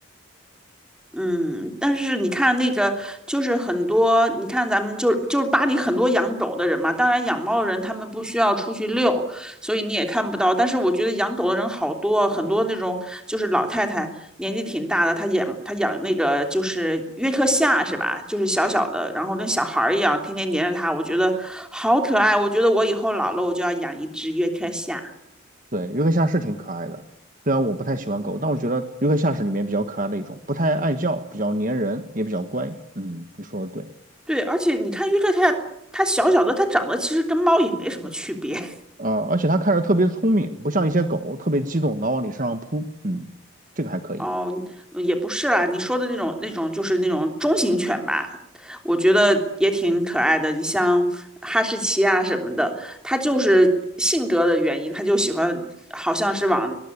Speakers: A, in the centre; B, on the right (about 40°).
A: 嗯，但是你看那个，就是很多，你看咱们就是就是巴黎很多养狗的人嘛，当然养猫的人他们不需要出去遛，所以你也看不到。但是我觉得养狗的人好多，很多那种就是老太太年纪挺大的，她养她养那个就是约克夏是吧？就是小小的，然后跟小孩儿一样，天天黏着它，我觉得好可爱。我觉得我以后老了，我就要养一只约克夏。
B: 对，约克夏是挺可爱的，虽然我不太喜欢狗，但我觉得约克夏是里面比较可爱的一种，不太爱叫，比较粘人，也比较乖。嗯，你说的对，
A: 对，而且你看约克夏，它小小的，它长得其实跟猫也没什么区别。
B: 呃，而且它看着特别聪明，不像一些狗特别激动，老往你身上扑。嗯，这个还可以。
A: 哦，嗯也不是啦，你说的那种那种就是那种中型犬吧，我觉得也挺可爱的。你像哈士奇啊什么的，它就是性格的原因，它就喜欢好像是往